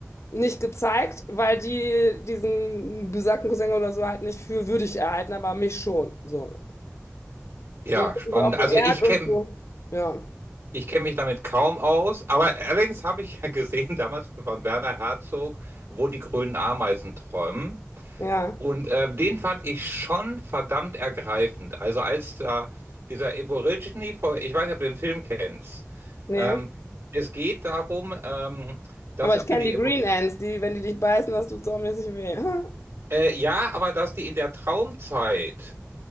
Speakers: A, on the left (about 80°); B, on the right (about 70°).
A: nicht gezeigt, weil die diesen besagten Cousin oder so halt nicht für würdig erhalten, aber mich schon. So.
B: Ja,
A: Und das hat
B: spannend.
A: mich auch geehrt
B: Also ich
A: und
B: kenne
A: so. Ja,
B: ich kenn mich damit kaum aus, aber allerdings habe ich <laughs> ja gesehen damals von Werner Herzog, wo die grünen Ameisen träumen.
A: ja,
B: Und äh, den fand ich schon verdammt ergreifend. Also als da dieser Aborigine vor, ich weiß nicht, ob du den Film kennst.
A: nee.
B: Ähm, es geht darum, ähm, dass
A: Aber
B: es
A: ich
B: für
A: kenne
B: die
A: die
B: Evolution.
A: Green Ants, die, wenn die dich beißen, das tut saumäßig weh. <laughs>
B: Äh, ja, aber dass die in der Traumzeit.